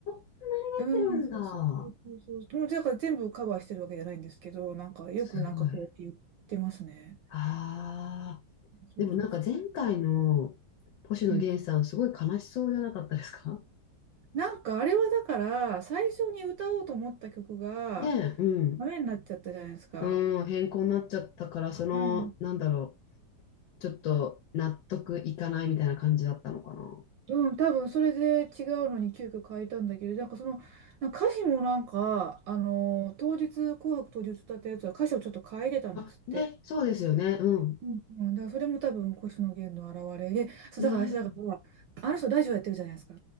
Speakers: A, on the left; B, on the right.
A: う
B: うん、
A: 出てるんだ。
B: そうそうそうそうそう。もうだから全部カバーしてるわけじゃないんですけど、なんかよくなんかこうやって言ってますね。
A: すごい。ああ、
B: そうそうそうそ
A: でもなんか前回の星野源さんすごい悲しそうじゃなかったですか
B: う。うんなんかあれはだから最初に歌おうと思った曲が
A: <laughs> ねえ、うん。
B: ダメになっちゃったじゃないですか。
A: うん、変更になっちゃったから、その、
B: うん。
A: なんだろう、ちょっと納得いかないみたいな感じだったのかな。
B: うん、多分それで違うのに急遽変えたんだけど、なんかその、なんか歌詞もなんか、あのー当日、紅白当日歌ったやつは歌詞をちょっと変えてたんですって。
A: あ、ね、そうですよね。うん。
B: うんうん、だからそれも多分星野源の表れで、そう、
A: うん、
B: だから私だから、あの人ラジオやってるじゃないですか。